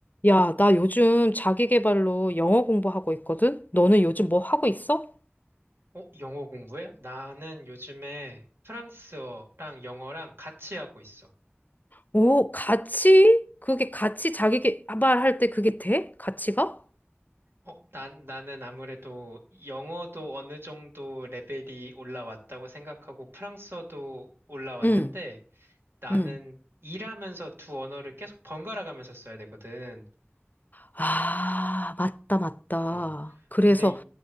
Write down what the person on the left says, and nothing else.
야, 나 요즘 자기 계발로 영어 공부하고 있거든? 너는 요즘 뭐 하고 있어?
오, 같이? 그게 같이 자기 계발할 때 그게 돼? 같이가?
응,
응.
아, 맞다, 맞다.
그래서,